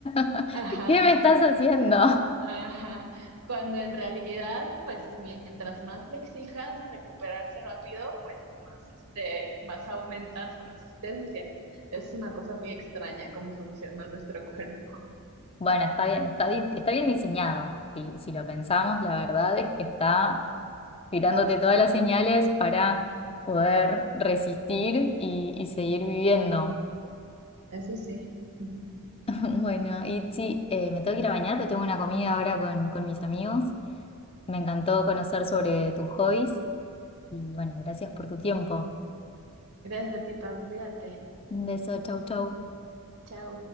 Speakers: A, on the left; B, on the right.
A: <laughs>
B: Ajá,
A: ¿Qué me estás haciendo? <laughs>
B: ajá. Cuando en realidad, pues mientras más le exijas a recuperarse rápido, pues más, este, más aumenta su resistencia. Es una cosa muy extraña cómo funciona nuestro <laughs> cuerpo.
A: Bueno, está bien, está, di- está bien diseñado. Si, si lo pensamos, la verdad es que está tirándote todas las señales para poder resistir y, y seguir viviendo.
B: Eso sí. Ujú.
A: <laughs> Bueno, Itzi, eh, me tengo que ir a bañar, pero tengo una comida ahora con, con mis amigos. Me encantó conocer sobre tus hobbies y bueno, gracias por tu tiempo.
B: Gracias a ti, Pau. Cuídate.
A: Un beso, chau, chau.
B: Chao.